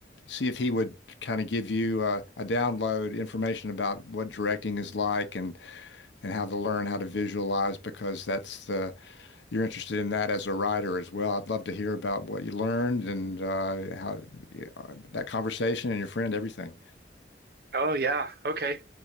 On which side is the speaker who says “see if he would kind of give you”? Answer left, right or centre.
Left